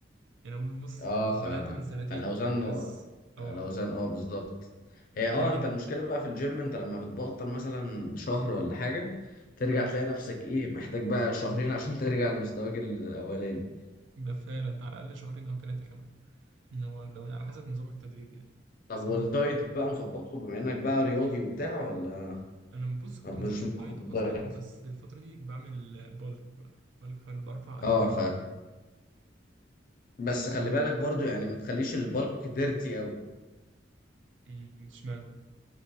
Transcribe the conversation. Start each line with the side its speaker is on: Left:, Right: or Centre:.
Right: يعني عموما بص
Left: اه
Right: بدأت
Left: ف
Right: من سنتين
Left: فالاوزان
Right: بس اه
Left: الاوزان اه بالظبط هي
Right: بالتارجت
Left: اه انت المشكله بقى في الجيم انت لما بتبطل مثلا شهر ولا حاجه ترجع
Right: اه
Left: تلاقي نفسك ايه محتاج بقى شهرين عشان ترجع لمستواك ال- الاولاني
Right: ده فعلا على الأقل شهرين أو ثلاثة كمان إن هو لو يعني على حسب نظامك التدريبي يعني.
Left: طب
Right: بس
Left: والدايت
Right: أنا
Left: بقى مظبطه بما انك بقى رياضي وبتاع ولا
Right: انا بص كنت
Left: مش
Right: مظبط
Left: مظبط
Right: دايت اصلا
Left: الدايت
Right: بس الفتره دي بعمل بالك بقى بالك فبرفع اي
Left: اه
Right: حاجه
Left: ف
Right: قدامي
Left: بس
Right: لو
Left: خلي بالك برضو يعني ما تخليش البلك ديرتي قوي
Right: م- اشمعنى